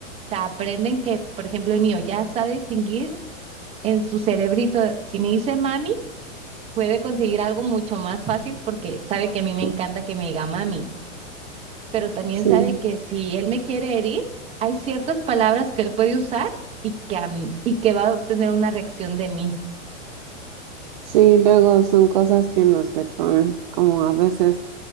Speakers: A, on the right; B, on the right.
A: O sea, aprenden que, por ejemplo, el mío ya sabe distinguir en su cerebrito, si me dice mami, puede conseguir algo mucho más fácil porque sabe que a mí me
B: <laughs>
A: encanta que me diga mami pero también
B: Sí,
A: sabe que si él me quiere herir, hay ciertas palabras que él puede usar y que, a m- y que va a obtener una reacción de mí.
B: sí, luego son cosas que nos detonan, como a veces.